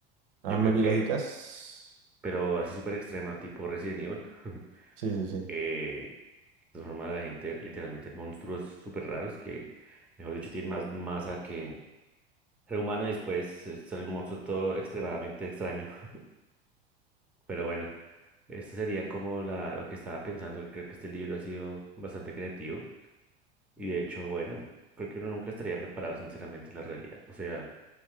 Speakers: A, on the right; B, in the centre.
A: armas
B: Yo creo
A: biológicas,
B: que, pero así súper extrema, tipo Resident Evil, <laughs>
A: sí, sí, sí,
B: eh, transforman a la gente literalmente en monstruos súper raros que, mejor dicho, tienen más masa que ser humano y después eh, son un monstruo todo extremadamente extraño. <laughs> Pero bueno, esto sería como la, lo que estaba pensando. Creo que este libro ha sido bastante creativo y de hecho, bueno, creo que uno nunca estaría preparado sinceramente en la realidad. O sea,